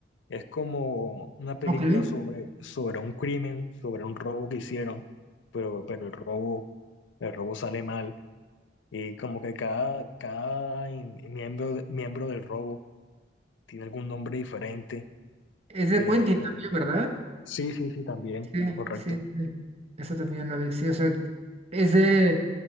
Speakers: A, on the left; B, on the right.
A: Es como una película
B: Ok.
A: sobre, sobre un crimen, sobre un robo que hicieron, pero, pero el robo, el robo sale mal Y como que cada, cada in- miembro, miembro del robo tiene algún nombre diferente.
B: Es de
A: Eh,
B: Quentin también, ¿verdad?
A: sí, sí, sí, también,
B: Sí,
A: correcto.
B: sí, sí. Eso también lo vi. Sí, o sea, es de,